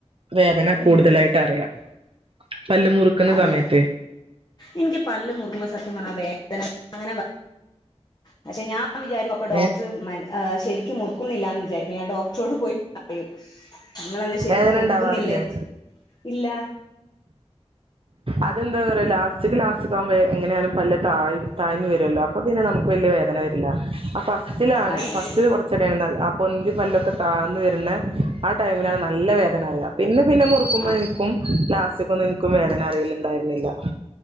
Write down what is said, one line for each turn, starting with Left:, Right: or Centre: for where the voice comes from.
Right: വേദന കൂടുതലായിട്ട്
Left: ഉം
Right: അറിയാം പല്ല് മുറുക്കുന്ന
Left: അതെ
Right: സമയത്ത്
Left: എനിക്ക് പല്ല് മുറുകുമ്പം സത്യം പറഞ്ഞാൽ വേദന അങ്ങനെ പക്ഷെ ഞാൻ വിചാരിക്ക ഇപ്പൊ ഡോക്ടർ
Right: ഏ
Left: ശരിക്കും മുറുക്കുന്നില്ലാന്ന് വിചാരിക്ക ഞാൻ ഡോക്ടറോട് പോയി പറയും നിങ്ങളെന്താ ശരിക്കും
Right: വേദന
Left: മുറുക്കുന്നില്ലേ
Right: ഉണ്ടാവാറില്ലേ
Left: ഇല്ല
Right: അതെന്താ പറയലാ <unintelligible> എങ്ങനെയാലും പല്ല തഴ താഴ്ന്ന് വരുമല്ലോ. അപ്പൊ പിന്നെ നമുക്ക് വലിയ വേദന വരില്ല അപ്പ ഫസ്റ്റിലാണ്
Left: അതെ
Right: ഫസ്റ്റ്
Left: അതെ
Right: കുറച്ചുടെയാണ് ന ആ പൊന്തി പല്ലൊക്കെ താഴന്ന് വരുന്ന ആ ടൈമിലാണ് നല്ല വേദന അറിയുക. പിന്നെ പിന്നെ മുറുക്കുമ്പഴേക്കും
Left: ആ ആ
Right: ലാസ്റ്റിലേക്കൊന്നു എനിക്കും വേദന അറിയിലുണ്ടായിരുന്നില്ല